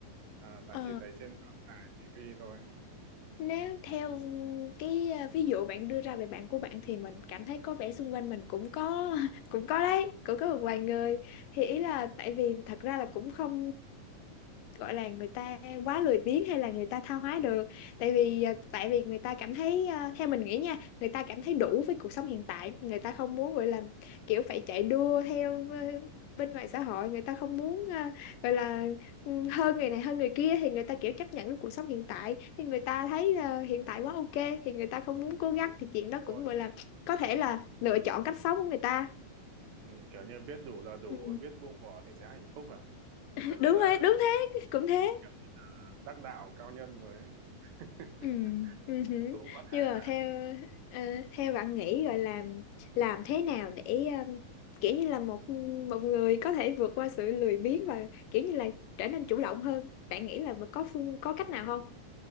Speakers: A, on the right; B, on the left.
A: à, bạn
B: Ờ,
A: chỉ thấy trên báo đài, TV thôi?
B: Nếu theo cái à, ví dụ bạn đưa ra về bạn của bạn thì mình cảm thấy có vẻ xung quanh mình cũng có <laughs> cũng có đấy, cũng có một vài người. Thì ý là tại vì thật ra là cũng không gọi là người ta quá lười biếng hay là người ta tha hóa được. Tại vì à, tại vì người ta cảm thấy à, theo mình nghĩ nha, người ta cảm thấy đủ với cuộc sống hiện tại, người ta không muốn gọi là kiểu phải chạy đua theo ờ, bên ngoài xã hội, người ta không muốn
A: Ừ,
B: à, gọi là Ừ, hơn người này hơn người kia thì người ta kiểu chấp nhận với cuộc sống hiện tại thì người ta thấy ờ, hiện tại quá ok thì người ta không muốn cố gắng thì chuyện đó
A: thôi
B: cũng gọi là
A: nhỉ.
B: có thể là lựa chọn cách sống của người ta
A: Ừ, kiểu như biết đủ là đủ,
B: ừ.
A: biết buông bỏ thì sẽ hạnh phúc à?
B: <laughs>
A: Kiểu như
B: đúng
A: là
B: rồi đúng thế cũng thế
A: kiểu như là đắc đạo cao nhân rồi ấy. <laughs>
B: ừ. Ừ. hử.
A: cũng có thể
B: nhưng mà theo ờ, theo bạn nghĩ gọi là làm thế nào để ờ, kiểu như là một một người có thể vượt qua sự lười biếng và kiểu như là trở nên chủ động hơn bạn nghĩ là có phương có cách nào không